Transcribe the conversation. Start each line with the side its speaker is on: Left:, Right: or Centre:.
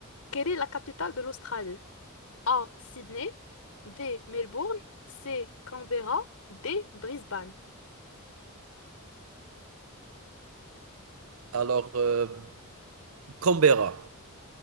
Left: Quelle est la capitale de l'Australie? A. Sydney. B. Melbourne. C. Canberra. D. Brisbane.
Right: Alors, heu, Canberra.